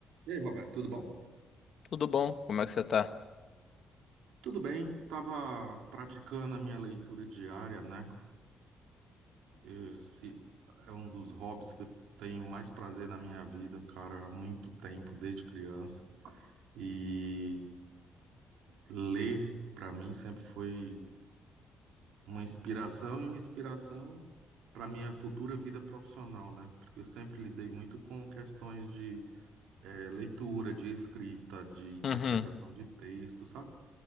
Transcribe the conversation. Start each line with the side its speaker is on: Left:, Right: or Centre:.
Right: E aí, Roberto, tudo bom?
Left: Tudo bom? Como é que você tá?
Right: Tudo bem, estava praticando a minha leitura diária, né? Esse é um dos hobbies que eu tenho mais prazer na minha vida, cara, há muito tempo, desde criança. E ler, para mim, sempre foi uma inspiração e uma inspiração para minha futura vida profissional, né? Porque eu sempre lidei muito com questões de eh, leitura, de escrita, de interpretação
Left: Uhum,
Right: de texto, sabe?